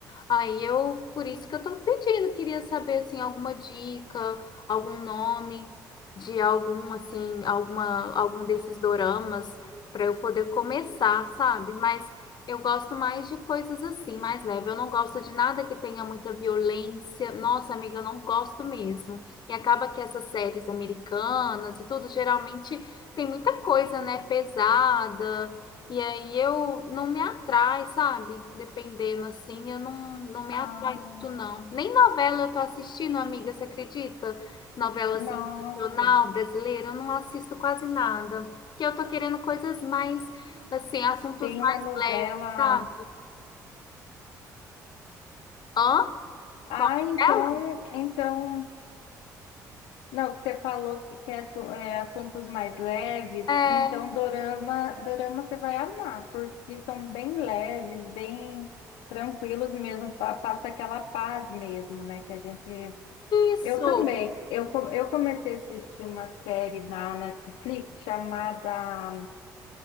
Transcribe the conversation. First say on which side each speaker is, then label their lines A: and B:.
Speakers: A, on the left; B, on the left.
A: Aí eu, por isso que eu tô pedindo, queria saber assim alguma dica, algum nome de algum assim, alguma algum desses doramas para eu poder começar, sabe? Mas eu gosto mais de coisas assim, mais leve. Eu não gosto de nada que tenha muita violência. Nossa, amiga, eu não gosto mesmo. E acaba que essas séries americanas e tudo, geralmente tem muita coisa, né, pesada. E aí eu não me atrai, sabe? Dependendo assim, eu não, não me
B: Ah,
A: atrai muito, não. Nem novela eu tô assistindo, amiga, você acredita? Novela
B: nossa.
A: assim, nacional, brasileira, eu não assisto quase nada. Porque eu tô querendo coisas mais, assim, assuntos
B: Tem
A: mais
B: uma novela.
A: leves Tá. Hã?
B: Ah,
A: Com
B: então,
A: ela?
B: então Não, você falou que quer assu- é, assuntos mais leves,
A: É.
B: então dorama, dorama você vai amar, porque são bem leves, bem tranquilos mesmo, pa- passa aquela paz mesmo, né, que a gente...
A: Isso.
B: Eu também, eu, co- eu comecei a assistir uma série na Netflix chamada...